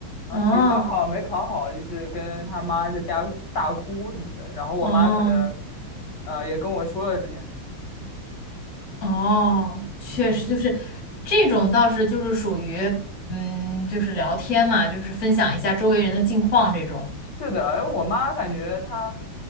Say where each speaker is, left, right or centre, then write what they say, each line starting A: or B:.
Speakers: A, on the left (about 55°); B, on the left (about 35°).
A: 然后体育高考没考好，
B: 哦
A: 就是跟他妈在家大哭什么的，然后我妈可能，
B: 哦
A: 呃，也跟我说了这件事，
B: 哦，确实就是这种倒是就是属于
A: 嗯嗯。
B: 嗯，就是聊天嘛，就是分享一下周围人的近况这种。
A: 是的，因为我妈感觉她，